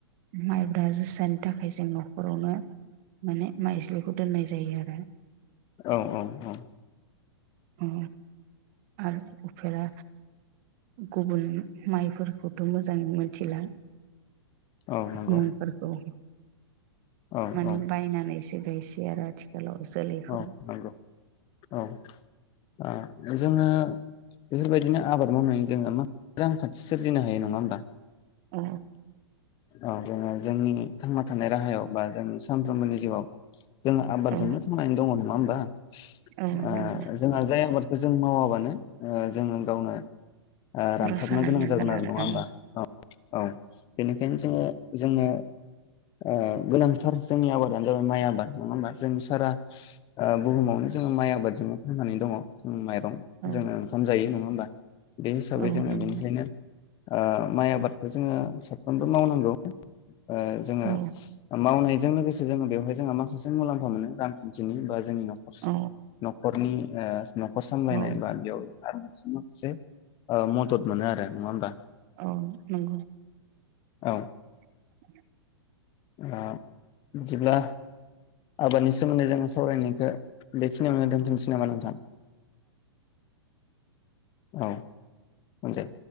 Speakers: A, on the right (about 45°); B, on the left (about 35°).
A: माइब्रा जोसानि थाखाय जों नखरावनो माने माइ जोलैखौ दोननाय जायो आरो।
B: औ औ। औ।
A: औ। आरो उफेरा गुबुन माइफोरखौथ मोजाङै मिनथिला
B: औ नंगौ
A: मुं फोरखौ।
B: औ
A: माने
B: औ
A: बायनानै सो बेसिय आरो आथिखालाव जोलैखौ
B: औ नंगौ औ ओ जोङो बेफोरबायदिनो आबाद मावनायनि जोङो मा रांखान्थि सोरजिनो हायो नङा होमबा
A: अ
B: अ जोङो जोंनिनि थांना थानाय राहायाव बा जोंनि सानफ्रोमबोनि जिवाव जोङो बारजोंनो
A: औ
B: थांनानै दं अ नङाहोमबा?
A: औ
B: ओ
A: नंगौ
B: जोंहा जाय आबाद जों मावाबानो ओ जोङो गावनो ओ रानथाबनो
A: रसा नांनांगोन
B: गोनां जागोन आरो नङा
A: औ
B: होमबा औ औ बेनिखायनो जोङो जोंनो ओ गोनांथार जोंनि आबादानो जागोन माइ आबाद नङा होमबा? जों सारा ओ बुहुमावनो जोङो माइ आबादजोंनो थांननानै दङ जों माइ रं
A: औ
B: जोङो ओंखाम जायो नङा होमबा बे हिसाबै
A: औ
B: जोङो
A: नंगौ
B: बेनिखायनो ओ माइ आबादखौ जोङो साफ्रोमबो मावनांगौ ओ जोङो
A: औ
B: ओ मावनायजों लोगोसे जोङो बेवहाय जोंहा मा खासे मुलाम फा मोनो रांखान्थिनि बा जोंनि न'खरस
A: औ
B: न'खरनि ओस न'खर सामलायनाय
A: औ
B: बा बेयाव आरो माखासे ओ मदद मोनो आरो नङा होमबा?
A: औ नोंगौ
B: औ
A: <inaudible>
B: ओ बिदिब्ला आबादनि सोमोन्दै जोङो सावरायनायखो बेखिनियावनो दोनथ'नोसै नामा नोंथां? औ मोनदों